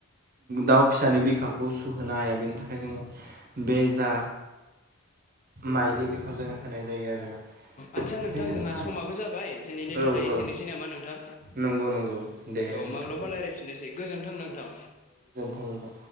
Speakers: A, on the right (about 45°); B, on the left (about 35°).
A: दाउ फिसानि बिखाखौ सुहोनो हाया बेनि थाखाय जोङो बे जा माइलि बेखौ जोङो होनाय जायो आरोना।
B: आदसा नोंथां
A: बेनिफ्राय
B: जोंहा समाबो जाबाय दिनैनि
A: औ
B: थाखाय एसेनोसै
A: औ
B: नामा नोंथां।
A: नंगौ नंगौ दे
B: औ
A: नोंथां
B: माब्लाबा रायज्लायफिननोसै गोजोन्थों नोंथां
A: ओं दे।